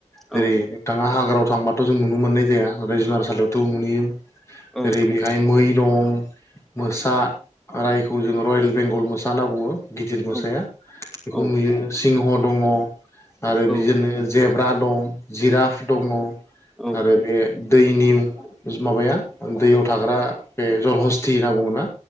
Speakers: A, in the centre; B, on the left (about 20°).
A: औ
B: जेरै नोंथाङा हाग्रायाव थांबाथ' जों नुनो मोननाय ओमफाय जुनारसालियावथ' नुयो
A: औ
B: जेरै बेहाय मै दं मोसा जायखौ जोंङ रयेल बेंगल मोसा होनना बुङो गिदिर
A: औ
B: मोसाया बेखौ
A: औ
B: नुयो सिंह दङ आरो
A: औ
B: बिजोंनो जेब- ब्रा दं जिराप दङ'
A: औ
B: आरो बे दैनि माबाया दैयाव थाग्रा बे जल हस्ति होनना बुङोना